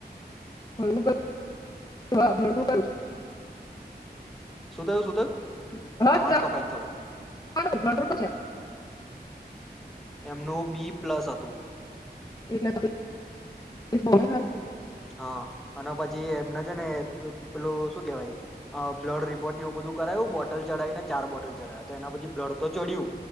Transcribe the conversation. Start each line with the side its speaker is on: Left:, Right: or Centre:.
Left: <unintelligible>
Centre: શું થયું, શું થયું?
Left: <unintelligible>
Centre: અવાજ કપાય થોડો એમનું બી પ્લસ હતું.
Left: એટલે <unintelligible>
Centre: હા અને પછી એમને છે ને પેલું શું કેહેવાય બ્લડ રિપોર્ટની એવું બધું કરાયું, બોટલ ચડાવી ને ચાર બોટલ ચડાયયા તો એના પછી બ્લડ તો ચડ્યું